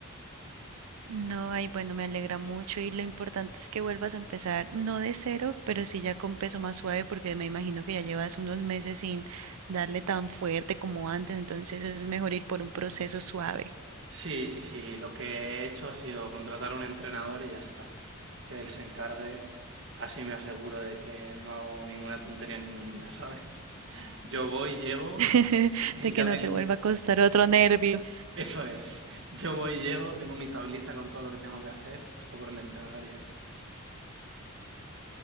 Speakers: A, on the right; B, on the right.
A: No, ay, bueno, me alegra mucho y lo importante es que vuelvas a empezar, no de cero, pero sí ya con peso más suave, porque me imagino que ya llevas unos meses sin darle tan fuerte como antes, entonces es mejor ir por un proceso suave,
B: Sí, sí, sí. Lo que he hecho ha sido contratar a un entrenador y ya está. Que él se encargue. Así me aseguro de que no hago ninguna tontería ningún día, ¿sabes? <laughs> Yo voy, llego,
A: <laughs>
B: <laughs>
A: de
B: ya
A: que no
B: tengo...
A: te vuelva a costar otro nervio.
B: Eso es. Yo voy, llego, tengo mi tablita con todo lo que tengo que hacer, puesto por el entrenador y ya está.